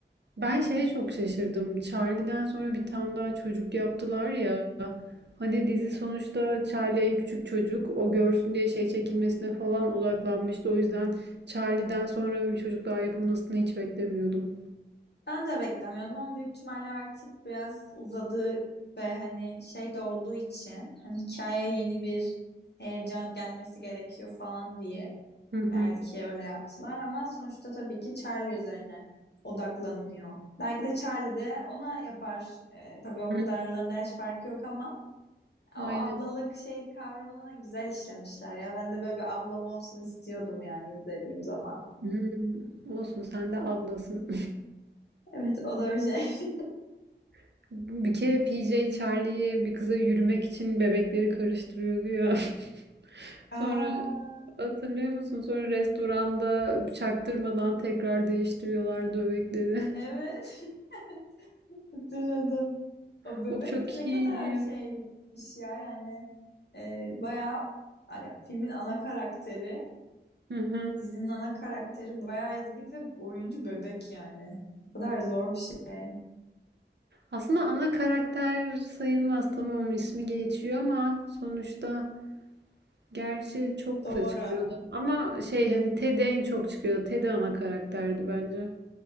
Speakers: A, on the right (about 70°); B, on the left (about 65°).
A: Ben şeye çok şaşırdım. Charlie'den sonra bir tane daha çocuk yaptılar ya. Hani dizi sonuçta Charlie en küçük çocuk. O görsün diye şey çekilmesine falan odaklanmıştı. O yüzden Charlie'den sonra bir çocuk daha yapılmasını hiç beklemiyordum.
B: Ben de beklemiyordum ama büyük ihtimalle artık biraz uzadı ve hani şey de olduğu için hani hikayeye yeni bir heyecan gelmesi gerekiyor falan diye
A: Hı hı.
B: belki öyle yaptılar ama sonuçta tabii ki Charlie üzerine odaklanıyor. Belki de Charlie de ona yapar. E, tabii o
A: Hı.
B: kadar aralarında yaş farkı yok ama O
A: Aynen.
B: ablalık şey kavramı güzel işlemişler ya. Ben de böyle bir ablam olsun istiyordum yani izlediğim zaman.
A: Hmm. Olsun sen de ablasın.
B: Evet o da bir şey.
A: <laughs> Bir kere PJ Charlie'yi bir kıza yürümek için bebekleri karıştırıyordu ya. <laughs>
B: <laughs> Aa
A: Sonra Hatırlıyor musun? Sonra restoranda çaktırmadan tekrar değiştiriyorlar dövekleri.
B: evet. <laughs> Evet, hatırladım.
A: <laughs>
B: O bebek
A: O çok
B: de ne kadar
A: iyiydi ya.
B: şeymiş ya yani e, bayağı hani filmin ana karakteri,
A: Hı hı.
B: dizinin ana karakteri bayağı izledik ve oyuncu bebek yani. Ne kadar zor bir şey.
A: Aslında ana karakter sayılmaz tamam ismi geçiyor ama sonuçta gerçi çok
B: Doğru.
A: da çıkıyordu. Ama şey hani Ted'e en çok çıkıyordu. Ted ana karakterdi bence.